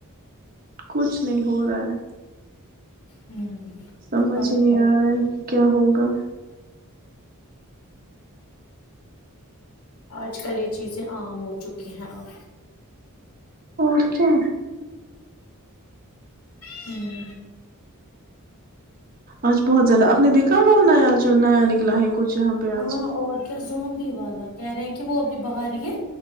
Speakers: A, on the right; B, on the left.
A: کچھ نہیں ہو رہا ہے
B: ہوں
A: سمجھ
B: اور
A: ہی نہیں
B: کیا
A: آ رہا ہے کیا ہوگا
B: آج کل یہ چیزیں عام ہو چکی ہیں اب
A: اور کیا
B: ہوں <inaudible>
A: آچج بہت زیادہ آپ نے دیکھا وہ نیا جو نیا نکلا ہے کچھ یہاں پہ
B: ہاں
A: آج
B: اور کیا زونی والا کہہ رہے ہیں کہ وہ ا بھی بہار یہ